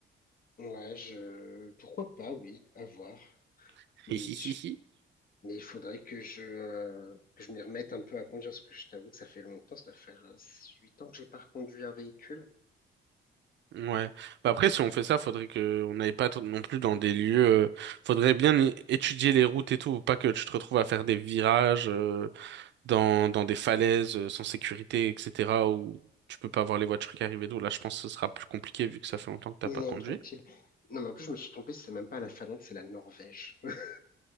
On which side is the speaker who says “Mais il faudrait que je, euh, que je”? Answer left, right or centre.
Left